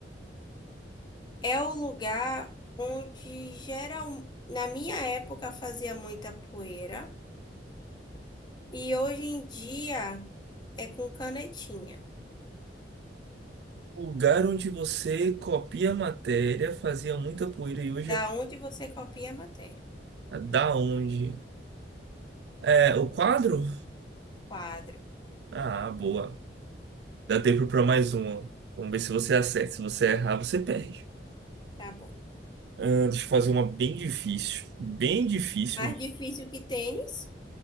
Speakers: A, on the left; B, on the right.
A: É o lugar onde geral, na minha época fazia muita poeira. E hoje em dia É com canetinha.
B: o lugar onde você copia a matéria, fazia muita poeira e hoje
A: Da onde você copia a matéria?
B: é da onde? É, o quadro?
A: Quadro.
B: Ah, boa. Dá tempo pra mais uma. Vamos ver se você acerta. Se você errar, você perde.
A: Tá bom.
B: Ah, deixa eu fazer uma bem difícil. Bem difícil.
A: Mais
B: mesmo.
A: difícil que tênis?